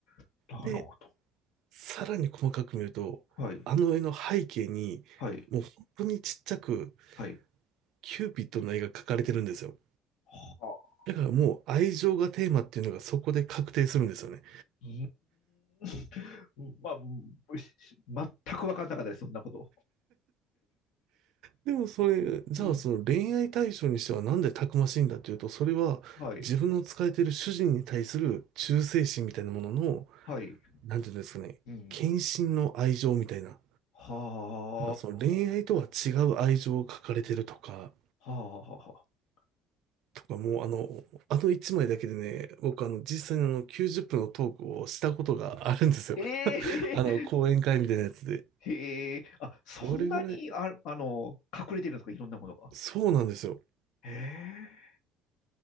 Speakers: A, on the left; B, on the right.
A: あ。なるほど。
B: で、さらに細かく見ると、
A: はい。
B: あの絵の背景に、
A: はい。
B: もう本当にちっちゃく、
A: はい。
B: キューピッドの絵が描かれてるんですよ。
A: はあ。
B: だからもう愛情がテーマっていうのがそこで確定するんですよね。
A: うーんまあ、全く分かんなかったです、そんなこと。
B: でもそれ、じゃあその恋愛対象にしてはなんでたくましいんだっていうと、
A: うん。
B: それは自分の使えている主人に対する忠誠心みたいなものの、
A: はい、はい。
B: なんていうんですかね、
A: うん。
B: 献身の愛情みたいな。だ
A: は
B: からその恋愛とは違う愛情を書かれてるとか、
A: あ、はあ、はあ。
B: とか、もうあの、あの一枚だけでね、僕あの、実際にあの、90分のトークをしたことがあるんですよ。
A: ええ
B: <laughs> あの、講演会みたいなやつで。
A: へえ、あ、そんなに、
B: それぐらい、
A: あ、あの、隠れてるんですか、いろんなものが。
B: そうなんですよ。
A: へえ、